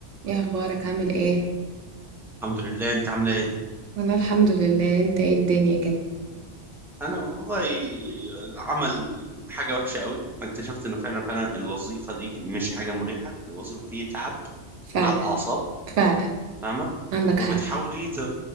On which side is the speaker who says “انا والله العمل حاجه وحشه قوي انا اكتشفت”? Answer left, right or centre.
Centre